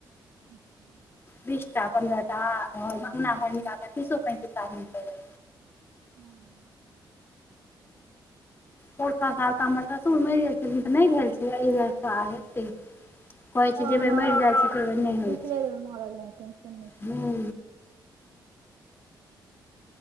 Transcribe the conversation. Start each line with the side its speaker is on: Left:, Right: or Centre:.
Right: <unintelligible>
Left: बीस टा, पन्द्रह टा, आ अंगना घर मिलाकऽ, तीसो पैंतीसटा मिलै है।
Right: हूँ।
Left: पोरका साल त हमर ससुर मैर गेल छेलखिन तऽ नैय भेल छेलै, एैय बेर स आब हेतै। कहै छै
Right: ह
Left: जै बेेर
Right: हँ
Left: मैर जाय छै, तैह बेर नैय होय
Right: पिछले
Left: छै।
Right: बेर मरल रहथिन सुनने छलियै
Left: हुँ